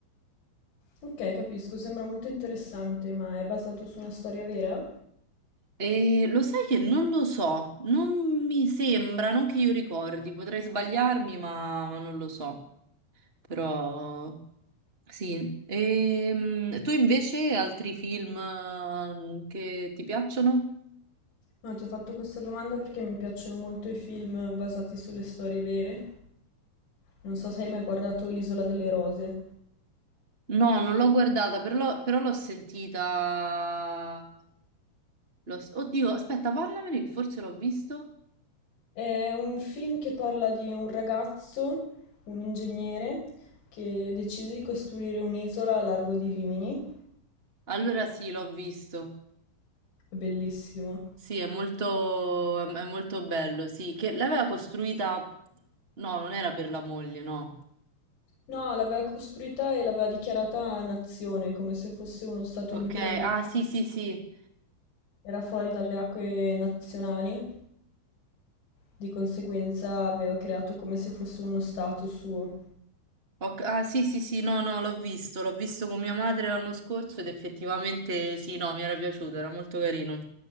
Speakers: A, on the left (about 70°); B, on the right (about 15°).
A: Ok, capisco, sembra molto interessante, ma è basato su una storia vera?
B: E lo sai che non lo so, non mi sembra, non che io ricordi, potrei sbagliarmi, ma, ma non lo so. Però. Sì, e tu invece altri film eh, che ti piacciono?
A: No, ti ho fatto questa domanda perché mi piacciono molto i film basati sulle storie vere. Non so se hai mai guardato L'Isola delle Rose.
B: No, non l'ho guardata, però, però l'ho sentita. l'ho s- Oddio, aspetta, parlamene che forse l'ho visto.
A: È un film che parla di un ragazzo, un ingegnere, che decide di costruire un'isola a largo di Rimini.
B: Allora sì, l'ho visto.
A: È bellissimo.
B: Sì, è molto, è molto bello, sì, che l'aveva costruita... No, non era per la moglie, no.
A: No, l'aveva costruita e l'aveva dichiarata nazione, come se fosse uno stato
B: Ok,
A: indipendente.
B: ah sì, sì, sì.
A: Era fuori dalle acque nazionali, di conseguenza aveva creato come se fosse uno stato suo.
B: Ho- ah sì sì sì no no l'ho visto, l'ho visto con mia madre l'anno scorso ed effettivamente sì no mi era piaciuto, era molto carino.